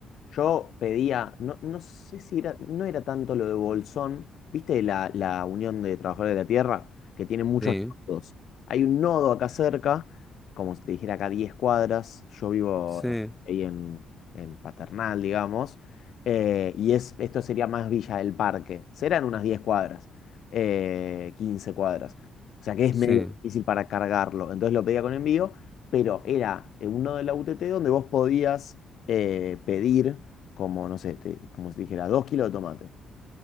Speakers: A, on the left; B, in the centre.
A: Yo pedía, no, no sé si era, no era tanto lo de Bolsón, ¿viste la, la Unión de Trabajadores de la Tierra? Que tiene muchos
B: sí,
A: nodos. Hay un nodo acá cerca, como si te dijera acá 10 cuadras, yo vivo
B: sí,
A: ahí en, en Paternal, digamos, eh, y es, esto sería más Villa del Parque, serán unas 10 cuadras, eh, 15 cuadras, o sea que es
B: sí,
A: medio difícil para cargarlo, entonces lo pedía con envío, pero era eh, un nodo de la UTT donde vos podías eh, pedir, como, no sé, te- como si dijera, dos kilos de tomate